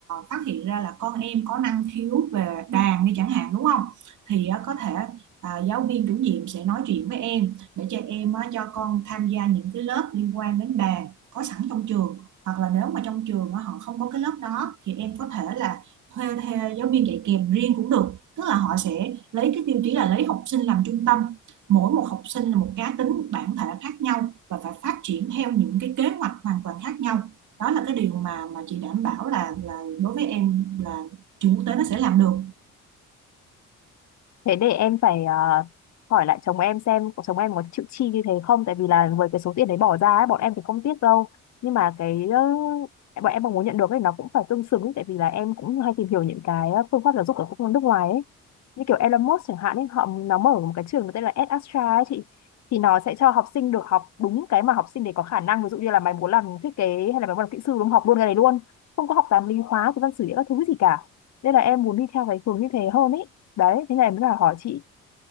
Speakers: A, on the right; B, on the left.
A: phát hiện ra là con em có năng khiếu về đàn đi chẳng hạn đúng không thì á, có thể à, giáo viên chủ nhiệm sẽ nói chuyện với em để cho em á, cho con tham gia những cái lớp liên quan đến đàn có sẵn trong trường hoặc là nếu mà trong trường á, họ không có cái lớp đó thì em có thể là thuê, thuê giáo viên dạy kèm riêng cũng được tức là họ sẽ lấy cái tiêu chí là lấy học sinh làm trung tâm mỗi một học sinh là một cá tính bản thể khác nhau và phải phát triển theo những cái kế hoạch hoàn toàn khác nhau đó là cái điều mà mà chị đảm bảo là là đối với em là trường quốc tế nó sẽ làm được
B: Thế để em phải ờ, hỏi lại chồng em xem có- chồng em có chịu chi như thế không tại vì là với cái số tiền đấy bỏ ra ấy, bọn em thì không tiếc đâu nhưng mà cái ờ, bọn em mong muốn nhận được ấy nó cũng phải tương xứng ấy, tại vì là em cũng hay tìm hiểu những cái phương pháp giáo dục ở các nước ngoài ấy như kiểu Elon Musk chẳng hạn ấy họ nó mở một cái trường có tên là EdAstra ấy chị thì nó sẽ cho học sinh được học đúng cái mà học sinh để có khả năng ví dụ như là mày muốn làm thiết kế hay là mày muốn làm kỹ sư đúng không? học luôn cái này luôn không có học toán lý hóa cái văn sử địa các thứ gì cả nên là em muốn đi theo cái hướng như thế hơn ấy đấy thế này em mới là hỏi chị